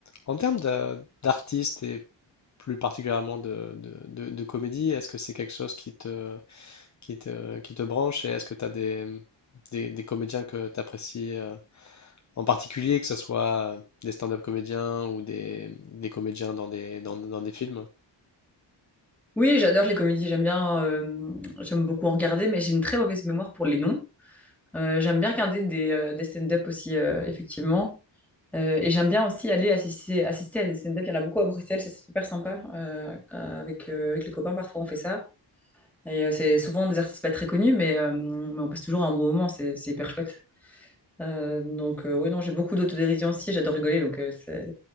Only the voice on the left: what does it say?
En termes de- d'artistes et plus particulièrement de, de- de- de comédie, est-ce que c'est quelque chose qui te, qui te, qui te branche et est-ce que tu as des, des, des comédiens que tu apprécies en particulier, que ce soit des stand-up comédiens ou des, des comédiens dans des, dans, dans des films?